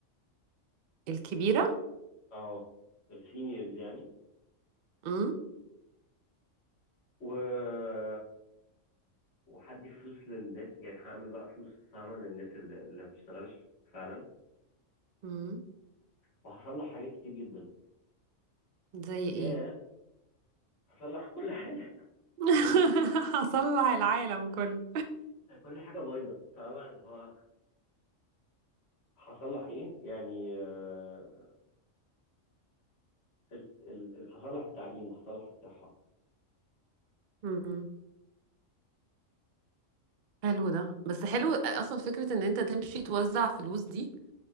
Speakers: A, on the right; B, on the left.
A: الكبيرة
B: اه السينيورز يعني
A: امم
B: و وهدي فلوس للناس يعني هعمل بقى فلوس فاهمه للناس اللي اللي ما بتشتغلش فعلا
A: امم
B: وهصلح حاجات كتير جدا
A: زي
B: ياه
A: ايه
B: هصلح كل حاجه
A: <laughs> هصلح العالم كله
B: كل حاجه بايظه فاهمه اللي هو هصلح ايه يعني آه، ال- ال- ال- هصلح التعليم وهصلح الصحه
A: امم حلو ده بس حلو اصلا فكرة ان انت تمشي توزع فلوس دي